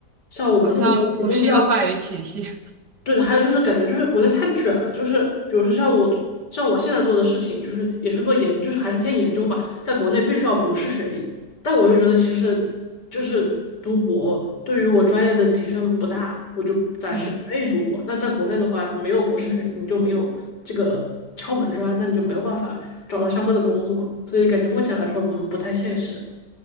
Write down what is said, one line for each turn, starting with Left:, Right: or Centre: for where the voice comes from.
Left: 像我们这种东西都是要
Right: 好像不是一个话语体系。<laughs>
Left: 对的，还有就是感觉就是国内太卷了，就是比如说像我像我现在做的事情，就是也是做研，就是还是偏研究嘛，在国内必须要博士学历，但我又觉得其实就是读博对于我专业的提升不大，我就暂时不愿意读博。
Right: 嗯，
Left: 那在国内的话，你没有博士学历，你就没有这个敲门砖，那你就没有办法找到相关的工作，所以感觉目前来说，嗯，不太现实。